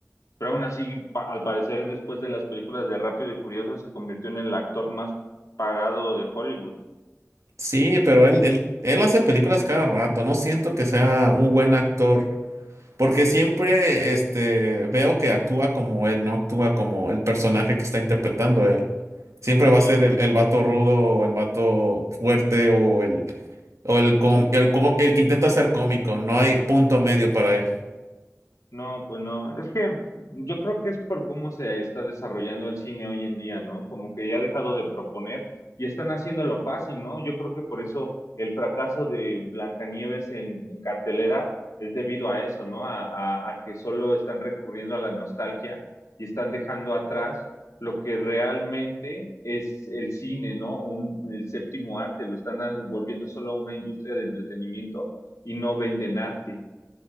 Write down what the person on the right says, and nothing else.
sí, pero él, él, él hace películas cada rato. No siento que sea un buen actor, porque siempre, este, veo que actúa como él, no actúa como el personaje que está interpretando él. Siempre va
a ser el, el vato rudo, o el vato fuerte, o el, o el, com- el, com- el que intenta ser cómico. No hay punto medio para él.